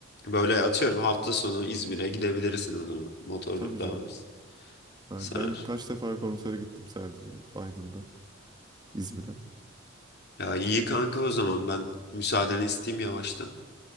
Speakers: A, on the left; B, on the right.
A: böyle atıyorum hafta sonu İzmir'e gidebilirsin o zaman. Motor
B: Tabii
A: da
B: canım.
A: var.
B: Yani
A: Sarar.
B: ben kaç defa konsere gittim sadece Aydın'dan İzmir'e.
A: Ya iyi kanka o zaman ben müsaadeni isteyeyim yavaştan.